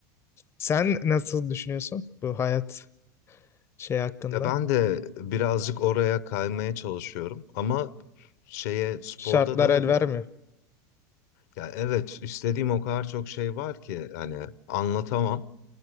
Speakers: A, on the left; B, on the left.
A: Sen nasıl düşünüyorsun bu hayat şey hakkında?
B: Ya ben de birazcık oraya kaymaya çalışıyorum ama şeye sporda
A: Şartlar
B: da
A: el vermiyor.
B: Ya evet istediğim o kadar çok şey var ki hani anlatamam